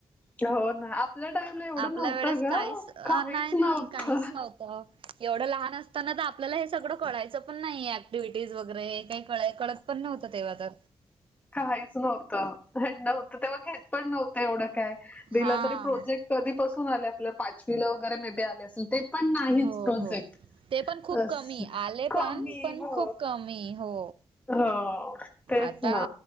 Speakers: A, on the left; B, on the right.
A: हो, ना. आपल्या टाईमला एवढं
B: आपल्या
A: नव्हतं
B: वेळेस
A: गं.
B: काहीच अ,
A: काहीच
B: नाही
A: नव्हत.
B: नाही काहीच नव्हतं एवढं लहान असताना, तर आपल्याला हे सगळं कळायचं पण नाही. ऍक्टिव्हटीज वगैरे काही कळ- कळत पण नव्हतं. तेव्हा तर.
A: कायच नव्हतं. हे नवतं तेव्हा. घेत पण नव्हतं. एवढं काय, दिलं
B: हा
A: तरी प्रोजेक्ट. कधीपसून आले. आपल्या पाचवीला वगैरे मे बी आले असेल. ते पण नाहीच
B: हो
A: प्रोजेक्ट.
B: हो ते पण खूप
A: असं
B: कमी. आले
A: कमी
B: पण, पण
A: हो
B: खूप कमी. हो.
A: हो तेच
B: आता,
A: ना